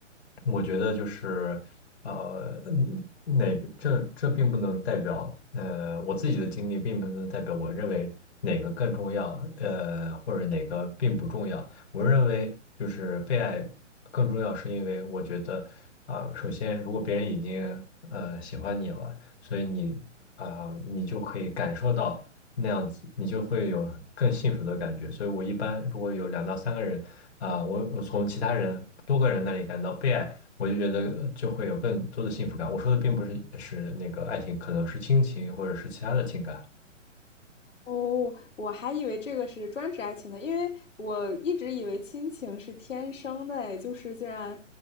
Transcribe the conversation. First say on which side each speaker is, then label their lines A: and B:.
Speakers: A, on the left (about 55°); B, on the left (about 75°).
A: 我觉得就是呃，嗯哪个这这并不能代表呃我自己的经历，并不能代表我认为哪个更重要，呃，或者哪个并不重要。我认为就是被爱更重要，是因为我觉得啊、首先如果别人已经呃喜欢你了，所以你啊、你就可以感受到那样子，你就会有更幸福的感觉。所以我一般如果有两到三个人啊、我我从其他人多个人那里感到被爱。我就觉得呃就会有更多的幸福感。我说的并不是是那个爱情，可能是亲情或者是其他的情感。
B: 哦，我还以为这个是专指爱情的，因为我一直以为亲情是天生的，哎，就是既然，